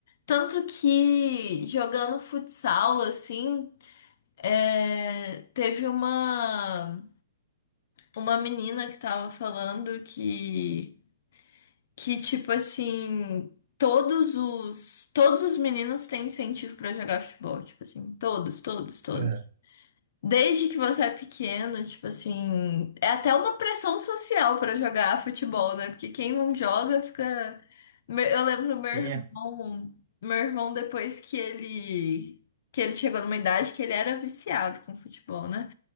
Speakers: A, on the left; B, on the right.
A: tanto que jogando futsal assim, é, teve uma uma menina que tava falando que que tipo assim, todos os todos os meninos têm incentivo pra jogar futebol, tipo assim, todos, todos, todos.
B: é.
A: Desde que você é pequeno, tipo assim, é até uma pressão social pra jogar futebol, né? Porque quem não joga fica Me- Eu lembro meu
B: Quem
A: irmão,
B: é?
A: meu irmão depois que ele que ele chegou numa idade que ele era viciado com futebol, né?